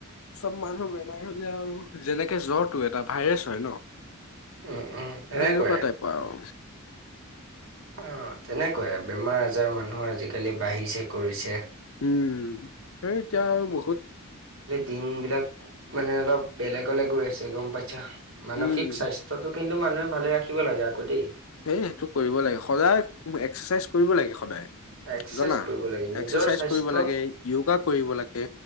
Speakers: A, on the left; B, on the right.
A: চব মানুহৰ বেমাৰ হলে আৰু যেনেকে জ্বৰটো এটা ভাইৰাছ ন
B: উম উম সেনেকুৱাই।
A: সেনেকুৱা টাইপ আউ
B: অ তেনেকুৱয়াই বেমাৰ আজাৰ মানুহ আজিকালি বাঢ়িছে কৰিছে।
A: উম সে এতিয়া আৰু বহুত
B: দিনবিলাক মানে অলপ বেলেগলে গৈ আছে গম পাইছা মানসিক
A: উম
B: স্বাস্থ্যটো কিন্তু মানুহে ভালে ৰাখিব লাগে আকৌ দেই
A: এই সেইটো কৰিব লাগে সদায় এক্সাৰচাইজ কৰিব লাগে সদায়
B: এক্সাৰচাইজ
A: জানা
B: কৰিব লাগে নিজৰ
A: এক্সাৰচাইজ
B: স্বাস্থ্য
A: কৰিব লাগে য়োগা কৰিব লাগে,